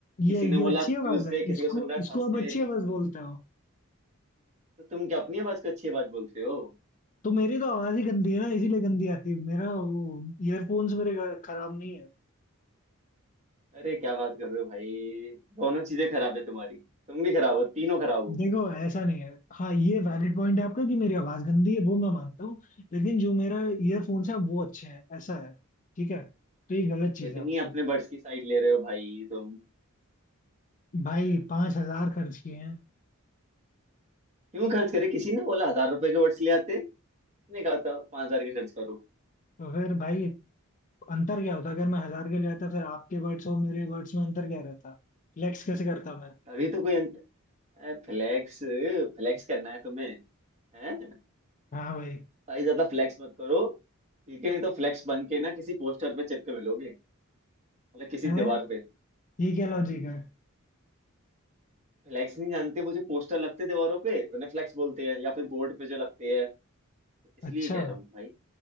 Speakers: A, on the left (about 35°); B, on the right (about 35°).
A: ये
B: किसी ने
A: ये
B: बोला
A: अच्छी
B: ट्यूसडे
A: आवाज है
B: किसी
A: इसको
B: को सुन रहा है
A: इसको
B: थर्सडे
A: आप अच्छी आवाज बोलते हो
B: तो तुम क्या अपनी आवाज को अच्छी आवाज बोलते हो
A: तो मेरी तो आवाज ही गंदी है ना इसीलिए गंदी आती है मेरा वो ईयरफोन्स मेरे घर- खराब नहीं है
B: अरे क्या बात कर रहे हो भाई दोनों चीजें खराब है तुम्हारी तुम भी खराब हो तीनों खराब हो
A: देखो ऐसा नहीं है हाँ ये वैलिड पॉइंट है आपका कि मेरी आवाज गंदी है वो मैं मानता हूँ लेकिन जो मेरा ईयरफोन्स है वो अच्छे हैं ऐसा है ठीक है तो ये गलत चीज
B: कितनी
A: है आपकी
B: अपने बर्ड्स की साइड ले रहे हो भाई तुम
A: भाई पांच हजार खर्च किए हैं
B: क्यों खर्च करे किसी ने बोला हजार रुपए के बर्ड्स ले आते नहीं कहा था पांच हजार के खर्च करो
A: तो फिर भाई अंतर क्या होता अगर मैं हजार के ले आता फिर आपके वर्ड्स और मेरे वर्ड्स में अंतर क्या रहता फ्लेक्स कैसे करता मैं
B: अभी तो कोई फ्लेक्स फ्लेक्स करना है तुम्हें है
A: हाँ भाई
B: भाई ज्यादा फ्लेक्स मत करो ठीक है नहीं तो फ्लेक्स बन के ना किसी पोस्टर पे चिपके मिलोगे मतलब किसी
A: है
B: दीवार पे
A: ये क्या लॉजिक है
B: फ्लेक्स नहीं जानते वो जो पोस्टर लगते हैं दीवारों पे उन्हें फ्लेक्स बोलते हैं या फिर बोर्ड पे जो लगते हैं इसलिए
A: अच्छा
B: कह रहा हूँ भाई